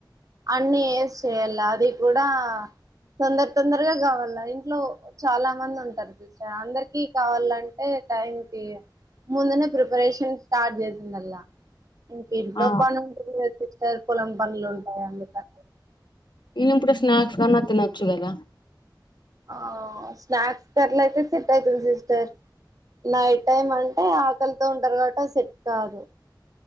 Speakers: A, on the right (about 45°); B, on the left (about 70°).
A: అన్ని వేసి చేయాలి అది కూడా తొందర తొందరగా కావాలి ఇంట్లో చాలా మంది ఉంటారు చూస అందరికి కావాలంటే టైంకి ముందునే ప్రిపరేషన్ స్టార్ట్ చేసిండ అల్లా ఇంక ఇంట్లో
B: ఆ
A: పని ఉంటది కదా సిస్టర్ పొలం పనులు ఉంటాయి అందుకానీ
B: ఇవి ఇప్పుడు స్నాక్ గిన తిన్నచ్చుకదా
A: హు స్నాక్ కి అట్లయితే సెట్ అవుతది సిస్టర్ నైట్ టైమ్ అంటే ఆకలితో ఉంటారు కాబట్టి సెట్ కాదు